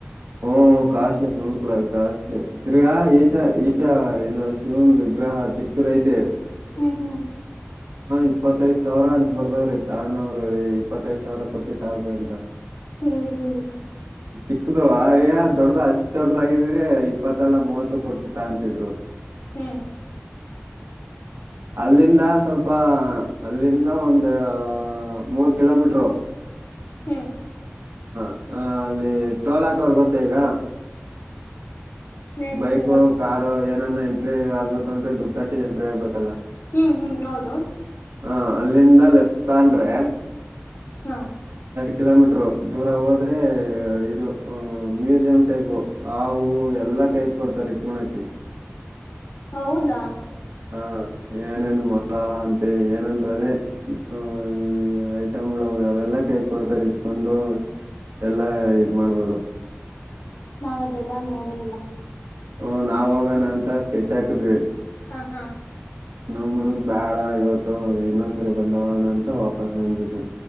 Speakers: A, on the right; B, on the left.
A: ಹಓ ಕಾಸ್ಟ್ಲಿ ಫುಲ್ ಕಲ ಕಾಸ್ಟ್ಲಿ ತಿರ್ಗಾ ಈಶ ಈಶ ಇದು ಶಿವಂದು ವಿಗ್ರಹ ಚಿಕ್ಕದಐತೆ
B: ಹ್ಮ್ ಹ್ಮ್
A: ಇಪ್ಪತ್ತೈದ್ ಸಾವಿರ ಅಂತತ್ ಬರ್ದಾವ್ರೀ ತಗೊಳೊವ್ರು ರ ಇಪ್ಪತ್ತೈದ ಸಾವಿರ ಕೊಟ್ಟಿ ತಾಳ್ರಿ ಅಂತ
B: ಹ್ಮ್ ಹ್ಮ್
A: ಚಿಕ್ಕದು ದೊಡ್ಡ್ದ ಅಷ್ಟ್ ದೊಡ್ಡದಾಗಿದ್ರೆ ಇಪ್ಪತ್ತಲ್ಲಾ ಮೂವತ್ತು ಕೊಟ್ಟು ತಂತಿದ್ರು
B: ಹ್ಮ್
A: ಅಲ್ಲಿಂದ ಸ್ವಲ್ಪ ಅಲ್ಲಿಂದ ಒಂದು ಮೂರ್ ಕಿಲೋಮೀಟರು
B: ಹ್ಮ್
A: ಹ ಅಲ್ಲಿ ಟೋಲಾಕ ಅವರ್ ಗೊತ್ತ ಈಗ
B: ನೆನ್ಪಿಲ್ಲ
A: ಬೈಕ್ ಕಾರು ಏನನ ಎಂಟ್ರಿ ಆಗ್ಬೇಕು ಅಂದ್ರೆ ದುಡ್ಡು ಕಟ್ಟಿ ಎಂಟ್ರಿ ಆಗ್ಬೇಕಲ್ಲ
B: ಹ್ಮ್ ಹ್ಮ್ ಹೌದು
A: ಹ ಅಲ್ಲಿಂದ <inaudible>
B: ಹಾ
A: ಕಿಲೋಮೀಟರು ದೂರ ಹೋದ್ರೆ ಇದು ಮ್ಯೂಸಿಯಂ ಟೈಪ್ ಹವು ಎಲ್ಲ ಕೈ ಕೊಡ್ತಾರ ಇಟ್ಕಣಕ
B: ಹೌದಾ
A: ಹ ಏನೇನ್ ಮೊಲ ಅಂತೆ ಏನಂದ್ರ ಅದೇ ಹ ಐಟಮ್ಗಳು ಅವೆಲ್ಲಾ ಕೈ ಕೊಡ್ತಾರ ಇಟ್ಕೊಂಡು ಎಲ್ಲಾ ಇದ್ ಮಾಡ್ಬೋದು
B: ನಾವ ಅದೆಲ್ಲಾ ನೋಡೇ ಇಲ್ಲ
A: ಹ ನಾವವು ಹೋಗೋಣ ಅಂತ ಸ್ಕೆಚ್ ಹಾಕಿದ್ವಿ
B: ಹಾ ಹಾ
A: ನಮ್ಮ್ ಹುಡೂರ್ ಬ್ಯಾಳ ಇವತ್ತು ಇನ್ನೊ ಸರಿ ಬಂದವಣ ಅಂತ ವಾಪಸ್ ನಂದ್ಬಿಟಿ